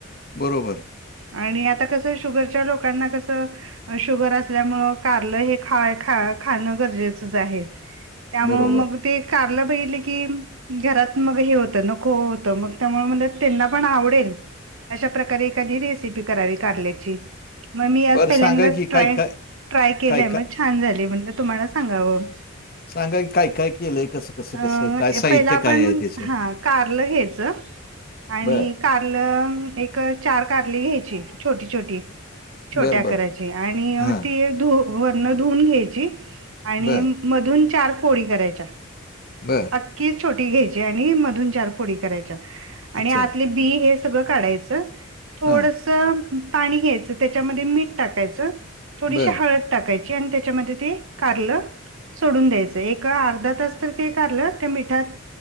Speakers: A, on the left (about 45°); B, on the right (about 75°).
A: बरोबर
B: आणि आता कसं शुगरच्या लोकांना कसं शुगर असल्यामुळं कारलं हे खा खा खाणं गरजेचंच आहे. त्यामुळं
A: बरोबर.
B: मग ते कारलं बघितलं की घरात मग हे होत नको होतं मग त्यामुळे म्हंटल त्यांना पण आवडेल अशा प्रकारे एखादी रेसिपी करावी कारल्याची. मग मी आज
A: बरं
B: पहिल्यांदाच
A: सांगा की
B: ट्राय
A: काय काय
B: ट्राय केलाय
A: काय
B: मग
A: काय
B: छान झाली. म्हटलं तुम्हाला सांगावं
A: सांगा की काय काय केलंय? कसं कसं
B: अं
A: कसं? काय साहित्य
B: पहिला आपण
A: काय आहे त्याचे?
B: हा कारल घ्यायचं आणि
A: बरं,
B: कारलं एक चार कारली घ्यायची छोटी छोटी छोट्या
A: बरं, बरं.
B: करायची आणि
A: हां.
B: ती वरण धून घ्यायची आणि
A: बरं,
B: मधून चार फोडी करायच्या.
A: बर
B: नक्की छोटी घ्यांयची आणि मधूंन चार फोडी करांयच्या
A: अच्छा.
B: आणि आली बी हे सगळं काढायचं थोडं
A: हां.
B: सं गरमं पाणी घ्यायचं त्यांच्यामध्ये मीठ टाकायचं थोडी
A: बरं.
B: हळंद टाकांयची आणि त्यांच्यामध्ये ते कारलं सोडूंन द्यायचं एक अर्धा तांस तरं ते कारलं तरं मिठांत